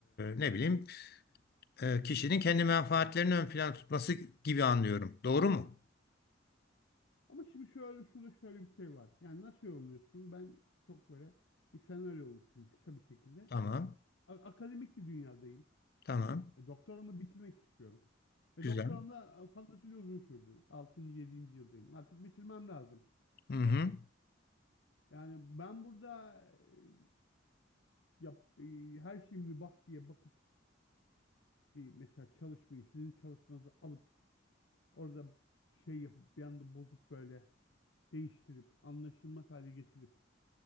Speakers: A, on the left (about 55°); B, on the left (about 75°).
A: ne bileyim e, kişinin kendi menfaatlerini ön plana tutması gibi anlıyorum. Doğru mu?
B: Ama şimdi şöyle şurada şöyle bir şey var. Yani nasıl yorumluyorsun? Ben çok böyle bir senaryo oluşturayım kısa bir şekilde.
A: Tamam.
B: A- akademik bir dünyadayım.
A: Tamam.
B: E, doktoramı bitirmek istiyorum. E,
A: Güzel.
B: doktoram da e, fazlasıyla uzun sürdü. 6. yedinci yıldayım. Artık bitirmem lazım.
A: Hı hı.
B: Yani ben burada e, yap, e, her şey mübah diye bakıp bir mesela çalışmayı, sizin çalışmanızı alıp orada şey yapıp bir anda bozup böyle değiştirip anlaşılmaz hale getirip